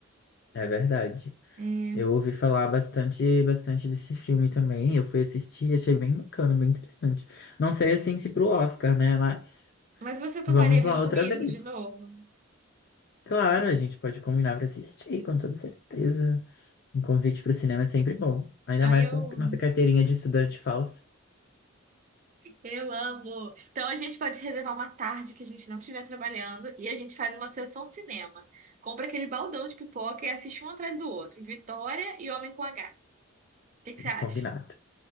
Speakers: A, on the left; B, on the right.
A: É verdade.
B: É,
A: Eu ouvi falar bastante, bastante desse filme também. Eu fui assistir, achei bem bacana, bem interessante. Não sei assim se pro Oscar, né? Mas
B: Mas você toparia
A: vamos
B: ver
A: lá
B: comigo
A: outra vez.
B: de novo?
A: Claro, a gente pode combinar para assistir, com toda certeza. Um convite para o cinema é sempre bom. Ainda
B: Aí
A: mais
B: eu
A: com nossa carteirinha de estudante falsa.
B: Eu amo. Então a gente pode reservar uma tarde que a gente não estiver trabalhando e a gente faz uma sessão cinema. Compra aquele baldão de pipoca e assiste um atrás do outro. Vitória e Homem com H. O que que você acha?
A: Combinado.